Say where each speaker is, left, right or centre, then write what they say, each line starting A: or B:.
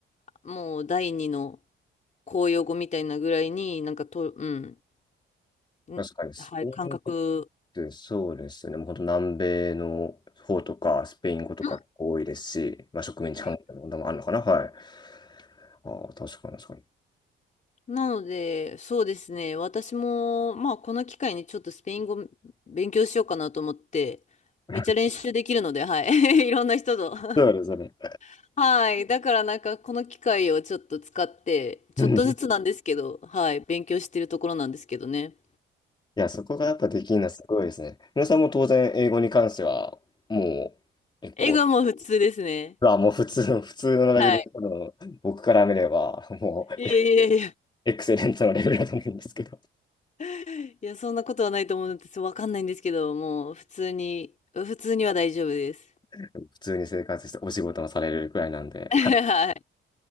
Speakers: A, on the left (about 40°); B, on the left (about 20°).
A: もう第二の公用語みたいなぐらいになんかと、うん、んはい、
B: 確かに、スペイン語
A: 感覚、
B: でそうですね。もう本当南米の方とか、スペイン語とか多いですし、
A: うん
B: まあ、植民地関係の問題もあるのかな。
A: はい
B: はい。ああ、確かに確かに。
A: なので、そうですね。私も、まあ、この機会にちょっとスペイン語勉強しようかなと思って、
B: <laughs>
A: めっちゃ練習できるので、はい。<laughs> いろんな人と。<laughs>
B: そうですね。
A: はい。だからなんか、この機会をちょっと使って、ちょっとずつなんですけど、
B: うん <laughs>
A: はい。勉強してるところなんですけどね。
B: いや、そこがやっぱできるのはすごいですね。皆さんも当然、英語に関しては、もう結構、
A: 英語はもう普通ですね。
B: あ、もう普通の、普通のレベル、
A: はい。
B: 多分僕から見れば、もう
A: いやいやいや。
B: エクセレントのレベルだと思うんですけど、
A: <laughs> いや、そんなことはないと思うんです。わかんないんですけど、もう普通に、普通には大丈夫です。
B: <laughs> 普通に生活してお仕事もされるくらいなんで、
A: <laughs>
B: はい
A: はい。